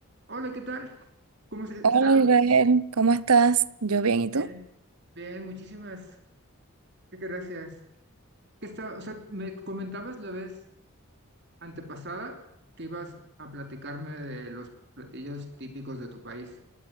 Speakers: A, on the right; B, on the right.
A: Hola, ¿qué tal? ¿Cómo has estado?
B: Hola, Isabel, ¿cómo estás? Yo bien, ¿y tú?
A: Bien, bien, muchísimas gracias. ¿Qué está, o sea, me comentabas la vez antepasada que ibas a platicarme de los platillos típicos de tu país.